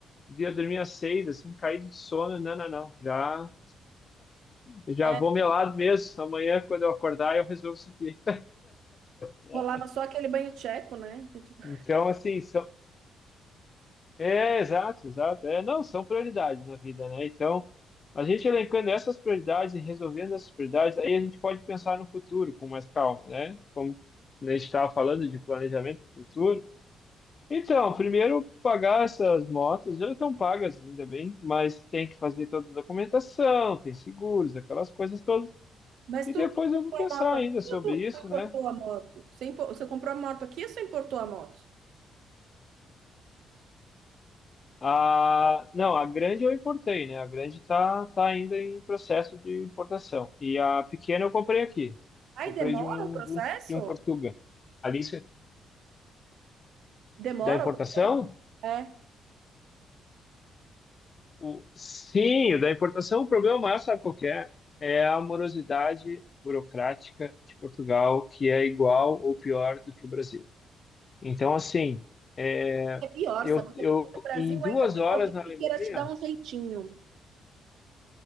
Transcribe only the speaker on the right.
É,
rolava só aquele banho tcheco, né? Que é tipo-
Mas
tu,
tu
comprou
a moto
aqui
ou tu,
tu importou
a moto? Você, impo- você comprou a moto aqui ou você importou a moto?
Aí
demora
o processo?
Demora?
É.
É pior,
sabe? Porque
No Brasil
ainda tem
alguém
que
queira te dar um jeitinho.